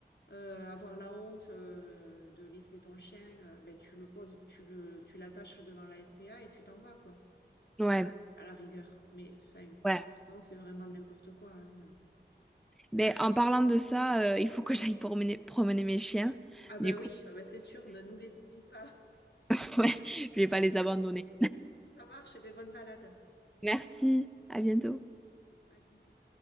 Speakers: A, on the left; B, in the centre.
A: euh, avoir la honte euh, de laisser ton chien, euh, ben, tu le poses, tu le, tu l'attaches devant la SPA et tu t'en vas, quoi.
B: Ouais,
A: À la rigueur. Mais, enfin,
B: ouais.
A: sinon, c'est vraiment n'importe quoi. hein.
B: Mais en parlant de ça, euh, il faut que j'aille promener, promener mes chiens.
A: Ah
B: Du
A: ben
B: coup,
A: oui, ah ben c'est sûr, ne nous les oublie pas.
B: <laughs> ouais, je vais pas les
A: Bon,
B: abandonner.
A: ça marche, et ben bonne balade.
B: Merci, à bientôt.
A: À bientôt.